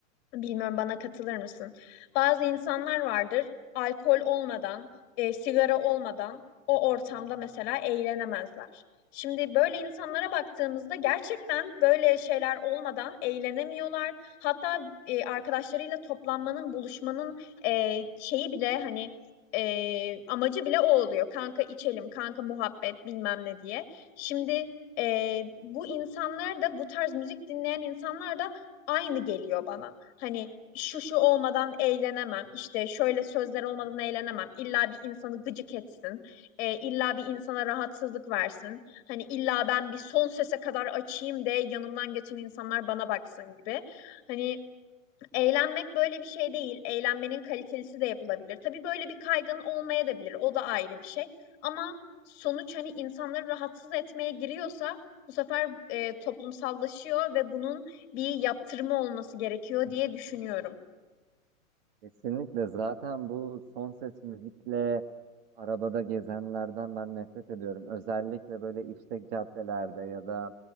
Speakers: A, on the left; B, on the right.
A: Bilmiyorum bana katılır mısın? Bazı insanlar vardır alkol olmadan, e, sigara olmadan o ortamda mesela eğlenemezler. Şimdi böyle insanlara baktığımızda gerçekten böyle şeyler olmadan eğlenemiyorlar. Hatta e, arkadaşlarıyla toplanmanın, buluşmanın e, şeyi bile hani e, amacı bile o oluyor. Kanka içelim, kanka muhabbet bilmem ne diye. Şimdi e, bu insanlar da bu tarz müzik dinleyen insanlar da aynı geliyor bana. Hani şu şu olmadan eğlenemem, işte şöyle sözler olmadan eğlenemem. İlla bir insanı gıcık etsin, e, illa bir insana rahatsızlık versin. Hani illa ben bir son sese kadar açayım de yanımdan geçen insanlar bana baksın gibi. Hani Eğlenmek böyle bir şey değil. Eğlenmenin kalitelisi de yapılabilir. Tabii böyle bir kaygın olmaya da bilir. O da ayrı bir şey. Ama sonuç hani insanları rahatsız etmeye giriyorsa bu sefer e, toplumsallaşıyor ve bunun bir yaptırımı olması gerekiyor diye düşünüyorum.
B: Kesinlikle zaten bu son ses müzikle arabada gezenlerden ben nefret ediyorum. Özellikle böyle işlek caddelerde ya da